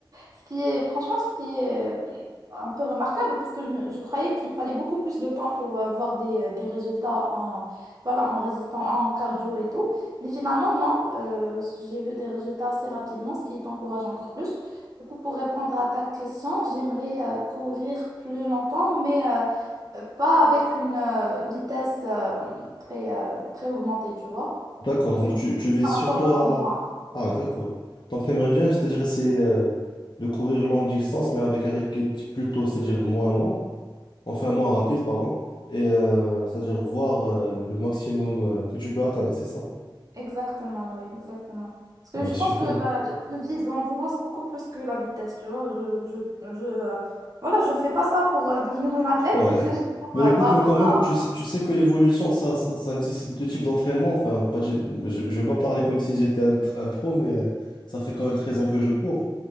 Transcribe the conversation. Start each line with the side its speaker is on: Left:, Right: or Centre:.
Right: Ce qui est, franchement, ce qui est euh, un peu remarquable parce que je, me- je croyais qu'il fallait beaucoup plus de temps pour euh, voir des, euh, des résultats en, voilà, en résistant, en cardio et tout. Mais finalement, non, euh, j'ai vu des résultats assez rapidement, ce qui t'encourage encore plus. Du coup, pour répondre à ta question, j'aimerais euh, courir plus longtemps, mais euh, euh, pas avec une euh, vitesse euh, très, euh, très augmentée, tu vois.
Left: D'accord. Donc,
Right: C'est beaucoup
Left: tu, tu vises
Right: par rapport
Left: surtout
Right: à
Left: à.
Right: l'endurance.
Left: Ah, d'accord. Donc, tu aimerais bien, c'est-à-dire essayer euh, de courir longue distance, mais avec un rythme qui est plutôt, c'est-à-dire moins lent, enfin moins rapide, pardon, et euh, c'est-à-dire voir euh, le maximum euh, que tu peux atteindre, c'est ça?
Right: Exactement, oui, exactement. Parce que
Left: Bah,
Right: je
Left: super.
Right: pense que euh, je vise l'endurance beaucoup plus que la vitesse, tu vois. Je, je, je, euh, voilà, je fais pas ça pour euh, devenir une athlète,
Left: Ouais.
Right: <laughs> c'est juste pour,
Left: Mais
Right: euh,
Left: écoute,
Right: par rapport
Left: mais quand même,
Right: à...
Left: tu sais, tu sais que l'évolution, ça, ça, ça nécessite deux types d'entraînement. Enfin, pas, du- je ne vais pas parler comme si j'étais un, tr- un pro, mais ça fait quand même 13 ans que je cours.